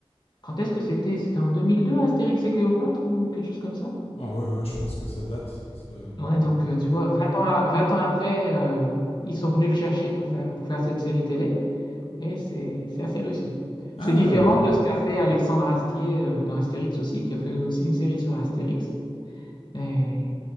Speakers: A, on the left; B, on the left.
A: quand est-ce que c'était? C'était en 2002 Astérix et Cléopâtre ou quelque chose comme ça?
B: Ah ouais, ouais, je pense que ça date, ça
A: Ouais, donc euh, tu vois, vingt ans, à- 20 ans après, euh, ils sont venus le chercher pour faire, pour faire cette série télé et c'est, c'est assez réussi. C'est
B: ah
A: différent
B: ouais, OK.
A: de ce qu'a fait Alexandre Astier euh, dans Astérix aussi, qui a fait aussi une série sur Astérix. Et...